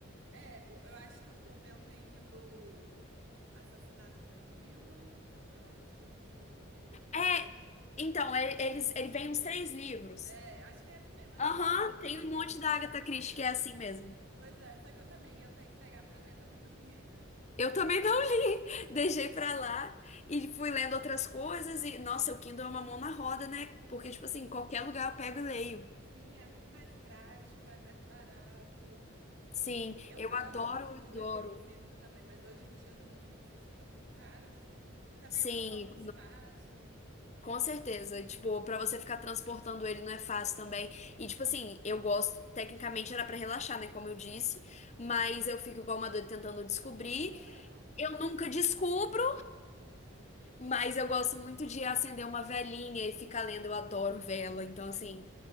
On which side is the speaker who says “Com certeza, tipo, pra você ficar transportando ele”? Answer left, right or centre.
Left